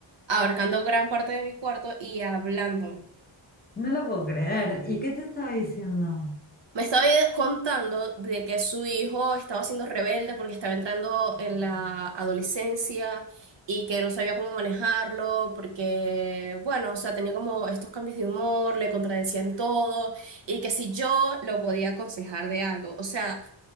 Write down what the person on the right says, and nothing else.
abarcando gran parte de mi cuarto y hablándome.
Me estaba contando de que su hijo estaba siendo rebelde porque estaba entrando en la adolescencia y que no sabía cómo manejarlo porque, bueno, o sea, tenía como estos cambios de humor, le contradecían todo y que si yo lo podía aconsejar de algo, o sea,